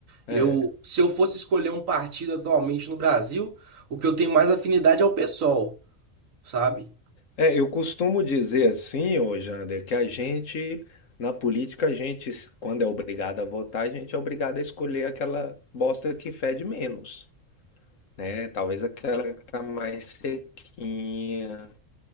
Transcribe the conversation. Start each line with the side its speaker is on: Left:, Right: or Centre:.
Left: é.
Right: Eu, se eu fosse escolher um partido atualmente no Brasil, o que eu tenho mais afinidade é o PSOL, sabe?
Left: É, eu costumo dizer assim, ô Jander, que a gente, na política, a gente, s- quando é obrigado a votar, a gente é obrigado a escolher aquela bosta que fede menos, né? Talvez aquela que tá mais sequinha,